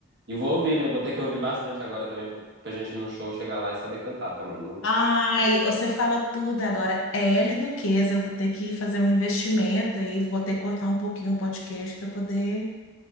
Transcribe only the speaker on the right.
E vou ouvir, né? Vou ter que ouvir bastante agora também pra, pra gente ir no show chegar lá e saber cantar também, né?